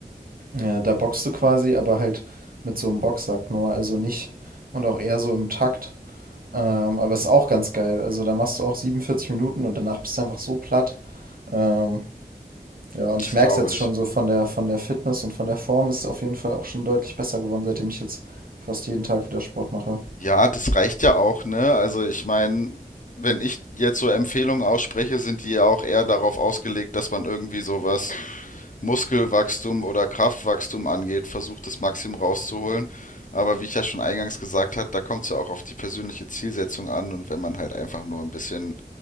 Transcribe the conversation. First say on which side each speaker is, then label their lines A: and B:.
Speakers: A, on the right; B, on the left.
A: Ja, da boxst du quasi, aber halt mit so einem Boxsack nur, also nicht und auch eher so im Takt. Ähm, aber ist auch ganz geil. Also da machst du auch 47 Minuten und danach bist du einfach so platt. Ähm, ja, und
B: das
A: ich merke
B: glaube
A: es jetzt
B: ich.
A: schon so von der, von der Fitness und von der Form ist es auf jeden Fall auch schon deutlich besser geworden, seitdem ich jetzt fast jeden Tag wieder Sport mache.
B: Ja, das reicht ja auch, ne? Also ich meine, wenn ich jetzt so Empfehlungen ausspreche, sind die ja auch eher darauf ausgelegt, dass man irgendwie sowas Muskelwachstum oder Kraftwachstum angeht, versucht, das Maximum rauszuholen. Aber wie ich ja schon eingangs gesagt habe, da kommt es ja auch auf die persönliche Zielsetzung an. Und wenn man halt einfach nur ein bisschen